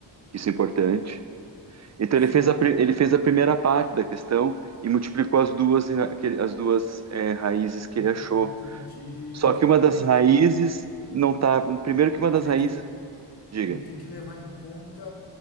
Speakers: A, on the right (about 40°); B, on the left (about 60°).
A: isso é importante. Então
B: Sim,
A: ele fez a, pri- ele fez a primeira parte da questão e multiplicou as duas, ra- que ele- as duas eh, raízes que
B: en-
A: ele achou.
B: entendi.
A: Só
B: Mas
A: que
B: não,
A: uma das
B: ele
A: raízes
B: tem que,
A: não está. Primeiro que uma das
B: ele
A: raízes.
B: tem.
A: Diga.
B: ele tem que levar em conta,